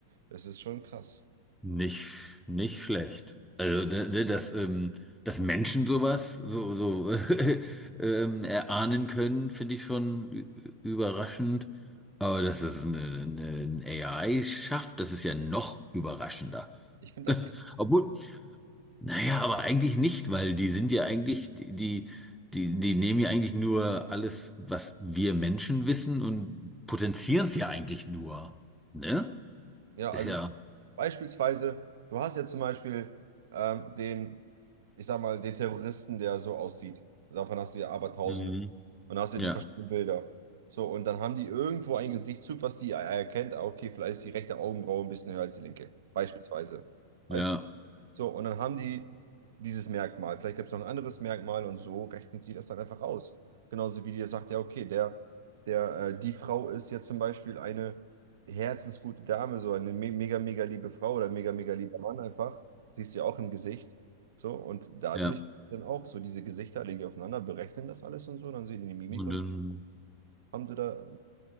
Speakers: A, on the right (about 75°); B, in the centre.
A: Das ist schon krass.
B: Nicht, nicht schlecht. Also, ne, ne, dass, ähm, dass Menschen sowas so, so <laughs> ähm, erahnen können, finde ich schon ü- überraschend. Aber dass es eine, eine, ein AI schafft, das ist ja noch überraschender.
A: Ich finde das krass.
B: Obwohl, Naja, aber eigentlich nicht, weil die sind ja eigentlich, die, die, die die nehmen ja eigentlich nur alles, was wir Menschen wissen und potenzieren es ja eigentlich nur. Ne?
A: Ja,
B: Ist
A: also
B: ja.
A: beispielsweise, du hast ja zum Beispiel ähm, den, ich sag mal, den Terroristen, der so aussieht. Davon hast du ja aber Tausende.
B: Mhm.
A: Und dann hast du
B: Ja.
A: ja die verschiedenen Bilder. So, und dann haben die irgendwo einen Gesichtszug, was die erkennt. Ah, Okay, vielleicht ist die rechte Augenbraue ein bisschen höher als die linke. Beispielsweise. Weißt
B: Ja.
A: du? So, und dann haben die dieses Merkmal. Vielleicht gibt es noch ein anderes Merkmal und so rechnen die das dann einfach aus. Genauso wie die sagt, ja, okay, der, der, äh, die Frau ist jetzt zum Beispiel eine herzensgute Dame, so eine me mega, mega liebe Frau oder mega, mega lieber Mann einfach. Siehst du ja auch im Gesicht. So, und dadurch
B: Ja.
A: dann auch so diese Gesichter legen die aufeinander, berechnen das alles und so, dann sehen die die Mimik
B: Und
A: und
B: ähm,
A: haben sie da